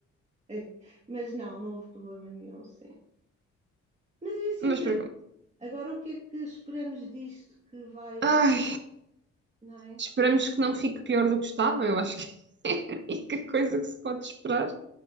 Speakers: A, on the right; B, on the right.
A: <laughs> mas não, não houve problema nenhum, sim. Mas é assim,
B: Mas
A: que
B: para como?
A: agora o que é que esperamos disto que vai,
B: Ai,
A: não é?
B: esperamos que não fique pior do que estava. Eu acho que <laughs> é a única coisa que se pode esperar.